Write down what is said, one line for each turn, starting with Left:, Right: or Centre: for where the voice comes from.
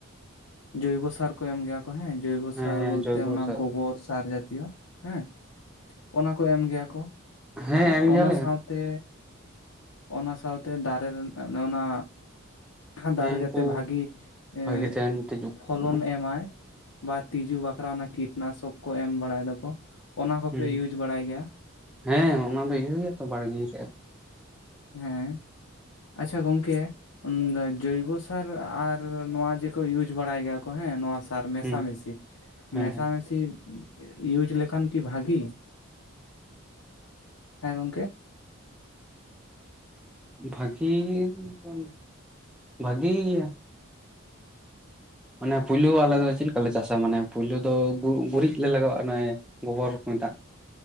Left: ᱡᱚᱭᱵᱚ ᱥᱟᱨ ᱠᱚ ᱮᱢ ᱜᱮᱭᱟ ᱦᱮᱸ ᱡᱚᱭᱵᱚ
Centre: ᱦᱮᱸ
Left: ᱥᱟᱨ
Centre: ᱦᱮᱸ
Left: ᱵᱚᱞᱛᱮ
Centre: ᱡᱚᱭᱵᱚ
Left: ᱚᱱᱟ
Centre: ᱥᱟᱨ
Left: ᱜᱚᱵᱚᱨ ᱥᱟᱨ ᱡᱛᱤᱭᱚ ᱦᱮᱸ ᱚᱱᱟ ᱠᱚ ᱮᱢ ᱜᱮᱭᱟ ᱠᱚ
Centre: ᱦᱮᱸ
Left: ᱟᱨ
Centre: ᱮᱢ ᱜᱮᱭᱟᱞᱮ
Left: ᱚᱱᱟ ᱥᱟᱶᱛᱮ
Centre: ᱦᱮᱸ
Left: ᱚᱱᱟ ᱥᱟᱶᱛᱮ ᱫᱟᱨᱮ ᱨᱮᱱ ᱚᱱᱮ ᱚᱱᱟ ᱫᱟᱨᱮ
Centre: ᱩᱱᱠᱩ
Left: ᱡᱮᱛᱮ ᱵᱷᱟᱜᱤ ᱮᱸ
Centre: ᱵᱷᱟᱜᱤ ᱛᱟᱦᱮᱱ ᱛᱮᱡᱩᱜ
Left: ᱯᱷᱚᱞᱚᱱ
Centre: ᱦᱩᱸ
Left: ᱮᱢᱟᱭ ᱵᱟ ᱛᱤᱡᱩ ᱵᱟᱠᱷᱨᱟ ᱚᱱᱟ ᱠᱤᱴᱱᱟᱥᱚᱠ ᱠᱚ ᱮᱢ ᱵᱟᱲᱟᱭ ᱫᱚᱠᱚ ᱚᱱᱟ ᱠᱚᱯᱮ
Centre: ᱦᱩᱸ
Left: ᱤᱭᱩᱪ ᱵᱟᱲᱟᱭ ᱜᱮᱭᱟ?
Centre: ᱦᱮᱸ ᱚᱱᱟ ᱫᱚ <unintelligible> ᱛᱚ ᱵᱟᱲᱜᱮ ᱥᱮᱜ
Left: ᱦᱮᱸ ᱟᱪᱪᱷᱟ ᱜᱚᱝᱠᱮ ᱡᱚᱭᱵᱚᱥᱟᱨ ᱟᱨ ᱱᱚᱣᱟ ᱡᱮᱠᱚ ᱤᱭᱩᱪ ᱵᱟᱲᱟᱭ ᱜᱮᱭᱟ ᱠᱚ ᱦᱮᱸ ᱱᱚᱣᱟ ᱛᱟᱨ ᱢᱮᱥᱟ
Centre: ᱦᱮᱸ
Left: ᱢᱮᱥᱤ
Centre: ᱦᱮᱸ
Left: ᱢᱮᱥᱟ
Centre: ᱦᱮᱸ
Left: ᱢᱮᱥᱤ ᱤᱭᱩᱪ ᱞᱮᱠᱷᱟᱱ ᱠᱤ ᱵᱷᱟᱹᱜᱤ᱾ᱦᱮᱸ ᱜᱚᱝᱠᱮ?
Centre: ᱵᱷᱟᱜᱤ ᱵᱟᱝ ᱵᱷᱟᱜᱤᱭᱟ ᱚᱱᱮ ᱯᱩᱭᱞᱩ ᱟᱞᱮ ᱫᱚ ᱪᱮᱜ ᱞᱮᱠᱟᱞᱮ ᱪᱟᱥᱟ ᱢᱟᱱᱮ ᱯᱩᱭᱞᱩ ᱫᱚ ᱜᱩ ᱜᱩᱨᱤᱡ ᱞᱮ ᱞᱟᱜᱟᱣᱟᱜᱼᱟ ᱚᱱᱮ ᱜᱚᱵᱚᱨ ᱠᱚ ᱢᱮᱛᱟᱜ